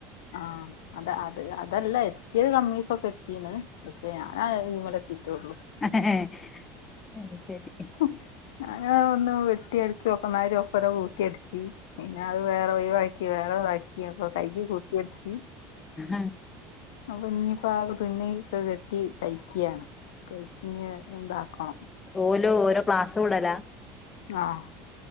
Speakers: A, on the left; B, on the left.
A: ആഹ് അത അത് അതല്ല എത്തിയത് കമ്മീസൊക്കെ എത്തീണ്. പക്ഷെ ഞാന് അത് മലെഎത്തീറ്റുള്ളു.
B: അഹ് ശെരി.
A: ഹും ഞാന് ഒന്ന് വെട്ട്യയട്. ഒപ്പര കൂട്ടി അടിച്ച് പിന്നെ അഹ് വേറെ ഒഴിവാക്കി വേറെതാക്കി. യപ്പം കൈയ്യ് കൂട്ടി അടിച്ച്
B: ആ
A: അപ്പൊ ഇനിയിപ്പോ ആത് തുന്നി ക്കെ കെട്ടി തയ്ക്ക്യാണ്. തെറ്റിഞ് ഇണ്ടാക്കണം.
B: ഓൽ ഓരോ ക്ലാസ് വിടലാ?
A: ആഹ്